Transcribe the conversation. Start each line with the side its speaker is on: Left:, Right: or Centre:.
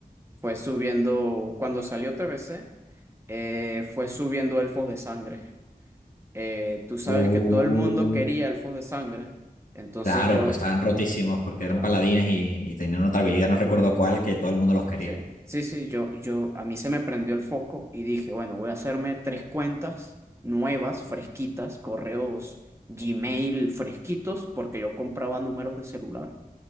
Right: Fue subiendo, cuando salió TBC, eh, fue subiendo Elfos de Sangre. Eh, tú sabes
Left: Uh,
Right: que todo el mundo quería Elfos de Sangre, entonces
Left: claro,
Right: yo,
Left: pues estaban rotísimos porque eran
Right: claro,
Left: paladines y, y tenían otra habilidad, no recuerdo cuál, que todo el mundo los quería.
Right: sí, sí, sí, yo, yo, a mí se me prendió el foco y dije, bueno, voy a hacerme tres cuentas nuevas, fresquitas, correos Gmail fresquitos, porque yo compraba números de celular